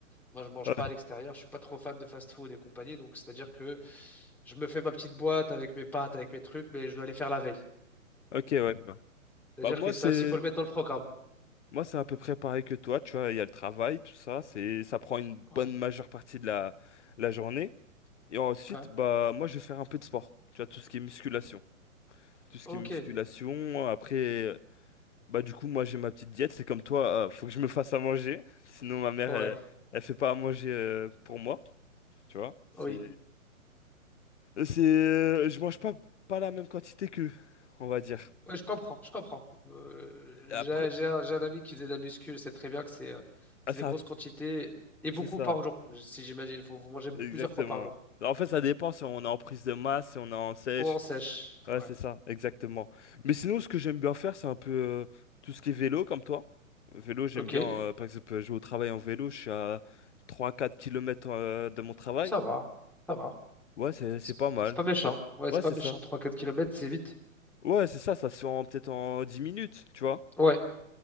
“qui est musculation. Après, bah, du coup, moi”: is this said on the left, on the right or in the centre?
Left